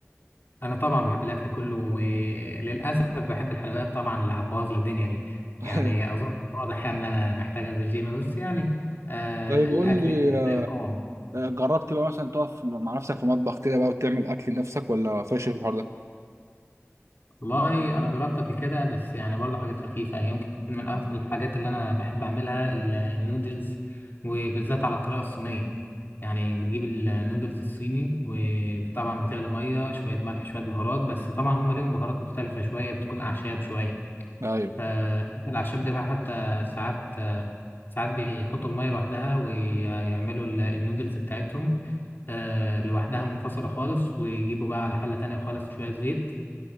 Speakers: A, on the left; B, on the right.
A: انا طبعا بحب الاكل كله وللاسف بحب الحلويات طبعا اللي هتبوظ لي الدنيا دي
B: <laughs>
A: يعني اظن واضح يعني ان انا محتاج انزل جيم بس يعني آه
B: طيب
A: الاكل
B: قول لي آه،
A: لا يقاوم
B: جربت بقى مثلا تقف مع نفسك في مطبخ كده بقى وتعمل اكل لنفسك ولا فاشل في الحوار ده
A: والله انا جربت قبل كده بس يعني برضه حاجات خفيفه يمكن من اكثر الحاجات اللي انا بحب اعملها ال- النودلز وبالذات على الطريقه الصينيه يعني بتجيب النودلز الصيني وطبعا بتغلي ميه شويه ملح شويه بهارات بس طبعا هم ليهم بهارات مختلفه شويه بتكون اعشاب شويه
B: ايوه
A: فالاعشاب دي بقى حتى ساعات ساعات بيحطوا الميه لوحدها ويعملوا ال- النودلز بتاعتهم آه، لوحدها منفصله خالص ويجيبوا بقى على حله تانية خالص شويه زيت